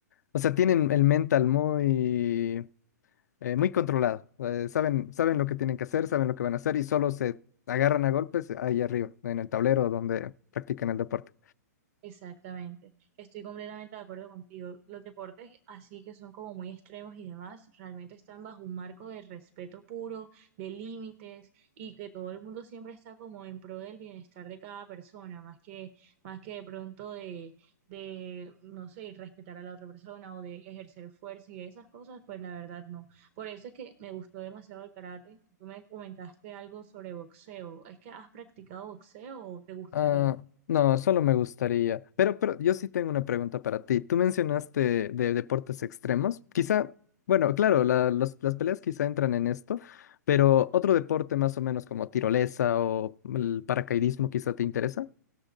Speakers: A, on the left (about 70°); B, on the right (about 45°).
A: o sea, tienen el mental muy, eh, muy controlado. eh, saben, saben lo que tienen que hacer, saben lo que van a hacer y solo se agarran a golpes ahí arriba, en el tablero donde practican el deporte.
B: Exactamente, estoy completamente de acuerdo contigo. Los deportes así que son como muy extremos y demás, realmente están bajo un marco de respeto puro, de límites y que todo el mundo siempre está como en pro del bienestar de cada persona, más que más que de pronto de de no sé, respetar a la otra persona o de ejercer fuerza y esas cosas, pues la verdad no. Por eso es que me gustó demasiado el karate. Tú me comentaste algo sobre boxeo. ¿Es que has practicado boxeo o te gustaría?
A: Ah, no, solo me gustaría. Pero, pero yo sí tengo una pregunta para ti. Tú mencionaste de deportes extremos. Quizá, bueno, claro, la- los- las peleas quizá entran en esto, pero otro deporte más o menos como tirolesa o el paracaidismo quizá te interesa.